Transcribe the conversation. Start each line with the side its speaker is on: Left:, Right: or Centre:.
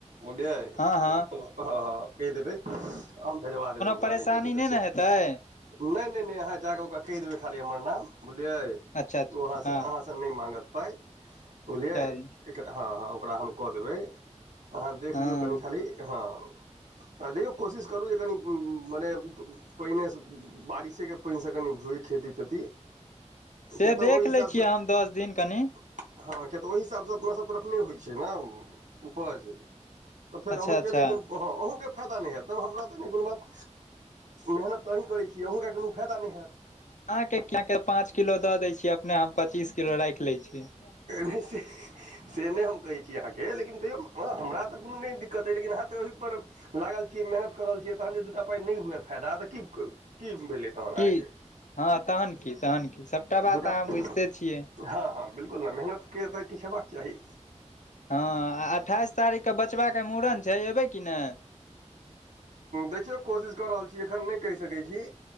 Right: बुझलिये?
Left: हँ, हँ।
Right: हँ, कहि देबै भेजवा देबै ओकरा
Left: परेशानी
Right: नहि कोनो दिक्कत छै।
Left: ने
Right: नहि,
Left: हेतै
Right: नहि, नहि अहाँ जाक ओकरा कहि देबै खाली हमर नाम, बूझलिये?
Left: अच्छा अच्छा
Right: तऽ
Left: हँ
Right: नहि मंहत पाई बुझलीये,
Left: चल
Right: हूँ, हूँ ओकर हम कार देने अहाँ देख
Left: हँ
Right: लियौ कनि खाली, हँ, आ देखियऔ कोशिश करू जे कनि मने। पानएसँ बारिशेके पानिसँ कनि घुए खेती तेती
Left: से
Right: किया तऽ
Left: देख
Right: ओहि हिसाबसँ
Left: लै छियै, हम दस दिन कनि।
Right: हँ, किया तऽ ओहि हिसाब सँ अपना सभ तरफ नहि होइत छै ने उपज तऽ फेर
Left: अच्छा
Right: अहूँ
Left: अच्छा
Right: के नहि कोनो अहूँ के फायदा नहि हयैत तब हमरा तऽ नहि कोनो बात मेहनत तऽ अही करैत छी अहूँ केँ कोनो फायदा नहि हयत।
Left: अहाँकेँ कि पाँच किलो दऽ दै छियै अपने हम पच्चीस किलो राखि लै छिय <inaudible>
Right: नहि से नहि हम कहै छी, अहाँकेँ लेकिन तैयौ हमरा तऽ कोनो नहि दिक्कत अइ लेकिन अहाँ तऽ ओहिपर। लागल छियै, मेहनत करल छियै, तखन जे दूटा पाइ नहि हुए फायदा तऽ कि भेलै तहन अहाँकेँ
Left: की हँ, तहन कि तहन कि सभटा बात
Right: दूटा
Left: अहाँ बुझिते छियै।
Right: हँ, हँ, बिल्कुल ने मेहनत के तऽ किछु हयबाक चाही।
Left: हँ, आ अठाइस तारीख के बचबा के मूड़न छै, अयबै कि नहि।
Right: देखियौ कोशिश कऽ रहल छी, एखन नहि कहि सकैत छै।